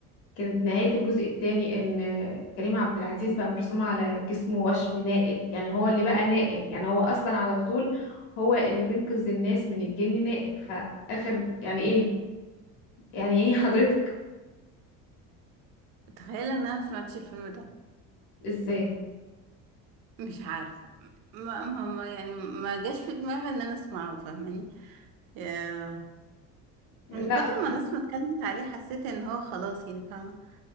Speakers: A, on the left; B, on the right.
A: كانت نهاية الجزء الثاني ان كريم عبد العزيز بقى مرسوم على جسمه وشم نائل يعني هو اللي بقى نائل يعني هو اصلا على طول هو اللي بينقذ الناس من الجن نائل فاخر يعني ايه يعني ايه حضرتك
B: تخيل ان انا ما سمعتش الفيلم ده
A: ازاي
B: مش عارفة ما, ما ما- يعني ما جاش في دماغي ان انا اسمعه فاهماني آه،
A: لا
B: من كتر ما الناس ما اتكلمت عليه حسيت ان هو خلاص يعني فاهمة